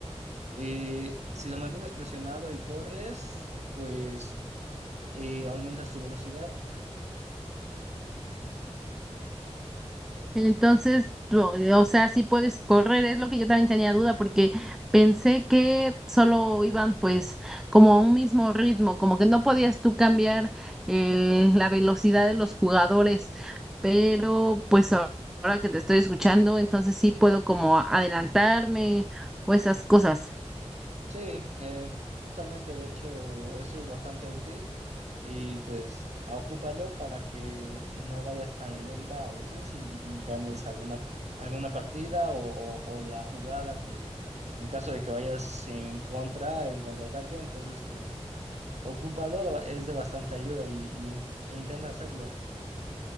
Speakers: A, on the right (about 75°); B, in the centre.
A: eh, si lo mantienes presionado y corres, eh, pues y aumenta su velocidad.
B: Entonces, lo- o sea, sí puedes correr, es lo que yo también tenía duda porque pensé que solo iban pues como a un mismo ritmo, como que no podías tú cambiar el- la velocidad de los jugadores, pero pues a- ahora que te estoy escuchando, entonces sí puedo como adelantarme o esas cosas.
A: Sí, eh, justamente de hecho eso es bastante útil y pues a- ocúpalo para que no vayas tan lenta a veces y, y ganes alguna, alguna partida o, o- o la jugada que en caso de que vayas en contra, en contraataque, entonces pues ocúpalo, es de bastante ayuda y, y in- e intenta hacerlo.